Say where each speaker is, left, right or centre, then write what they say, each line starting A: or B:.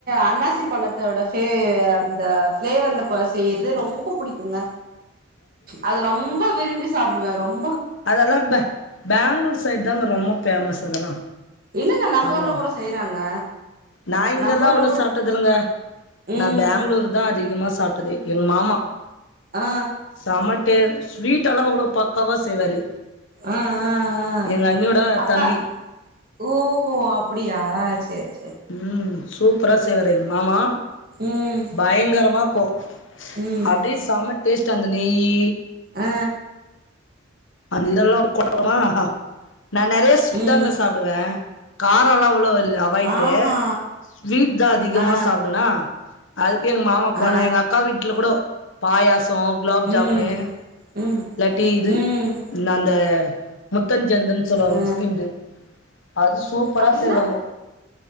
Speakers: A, on the right (about 45°); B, on the left (about 75°).
A: அன்னாசி பழத் தோட ஃபே அந்த ஃபிளேவர் கொ செய்யுறது ரொம்ப புடிக்குங்க அது ரொம்ப விரும்பி சாப்டுவேன் ரொம்
B: அதெல்லாம் பே பேங்களூர் சைட் தாங்க ரொம்ப பேமஸ் அதெல்லா
A: இல்லங்க நம்ம
B: அங்கதா
A: ஊர்ல கூட செய்றாங்க
B: நா இங்கெல்லா
A: நம்ப ஊர்ல
B: அவ்ளோ
A: கூட
B: சாப்ட்டதில்லங்க
A: ம்
B: நா பேங்களூர் தா அதிகமா சாப்ட்டதே எங்க மாமா
A: ஆ
B: சம டே ஸ்வீட் எல்லா அவ்ளோ பக்காவா செய்வாரு
A: ஆ ஆ ஆ
B: எங்க அண்ணியோட
A: அக்கா
B: தம்பி
A: ஓஹோ அப்டியா செரி
B: ம் சூப்பரா செய்வாரு எங்க மாமா
A: சேரி ம்
B: பயங்கரமா கோ
A: ம்
B: அப்டியே சம டேஸ்ட்டு அந்த நெய்யி
A: ஆ
B: அந்தல்லா <inaudible> நா நெறைய ஸ்வீட்
A: ம்
B: தாங்க சாப்டுவே கா ரொல்லா அவ்ளோவ் இல்ல அவாய்ட்டு
A: ஆஹா
B: ஸ்வீட் தா அதிகமா
A: ஆ
B: சாப்டுவனா அது கே எங்க மாமா அப்ப
A: ஆ
B: நா எங்க அக்கா வீட்ல கூடொ பாயாஸ் தோ குலோப்
A: ம்
B: ஜாமுனு
A: ம்
B: இல்லாட்டி இது
A: ம்
B: அந்தந்த புத்தஞ்சந்துன் சொல்லுவாங்க
A: ஆ
B: முஸ்லிம்து அது சூப்பரா
A: அப்டின்னா
B: செய்வாங்கோ